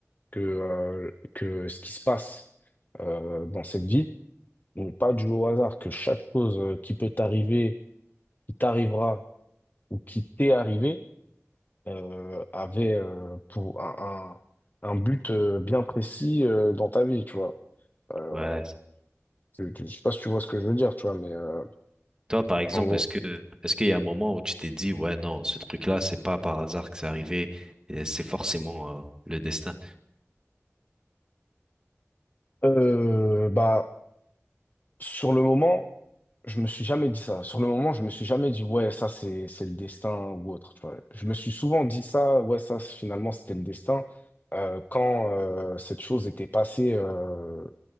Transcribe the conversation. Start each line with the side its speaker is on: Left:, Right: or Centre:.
Left: que, euh, que ce qui se passe euh, dans cette vie n'est pas dû au hasard, que chaque chose euh, qui peut t'arriver, qui t'arrivera ou qui t'est arrivé euh, avait euh, pour un, un, un but euh, bien précis euh, dans ta vie, tu vois. Euh,
Right: Ouais,
Left: je ne sais pas si tu vois ce que je veux dire, tu vois, mais euh,
Right: Toi, par exemple,
Left: en gros.
Right: est-ce que est-ce qu'il y a un moment où tu t'es dit, ouais, non, ce truc-là, c'est pas par hasard que c'est arrivé, et c'est forcément euh, le destin.
Left: Euh, bah, sur le moment, je me suis jamais dit ça. Sur le moment, je me suis jamais dit, ouais, ça, c'est, c'est le destin ou autre, tu vois. Je me suis souvent dit ça, ouais, ça, c'est- finalement, c'était le destin, euh, quand euh, cette chose était passée. euh,